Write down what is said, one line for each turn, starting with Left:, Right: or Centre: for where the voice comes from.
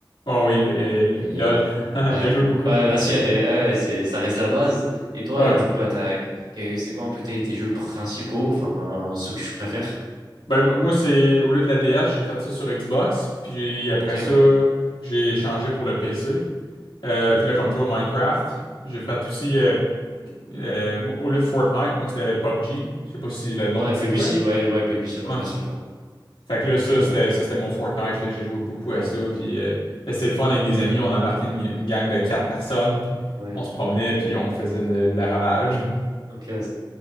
Left: Oh oui, l- eh, l-
Right: Et
Left: LOL. <laughs>
Right: ouais,
Left: J'ai joué beaucoup.
Right: ouais, bien sûr. et, euh, ouais, c'est, ça reste la base. Et toi,
Left: Ouais.
Right: euh, du coup, bah, t'as- que- c'est quoi un peu tes, tes jeux principaux, enfin, euh, ceux que tu préfères?
Left: Ben, mo- moi, c'est au lieu de la DS, j'ai fait ça sur Xbox. Puis après
Right: Ok,
Left: ça,
Right: ouais.
Left: j'ai changé pour le PC. Euh,
Right: Hmm.
Left: puis là, comme toi, Minecraft. J'ai fait aussi, euh, euh, moi, au lieu de Fortnite, moi, c'était PUBG. Je sais pas si le nom
Right: Ouais,
Left: te
Right: PUBG,
Left: dit de quoi.
Right: ouais, ouais, PUBG, ouais,
Left: Ouais.
Right: bien sûr, je vois.
Left: Fait que là,
Right: Ok,
Left: ça,
Right: ouais,
Left: c'était ça, c'était mon Fortnite. là. J'ai joué beaucoup
Right: ouais,
Left: à ça. Puis euh, c'était le fun avec des amis. On embarquait une, une gang de quatre personnes. Puis
Right: ouais.
Left: on se promenait. Puis on faisait de- le ravage.
Right: Ok, ouais,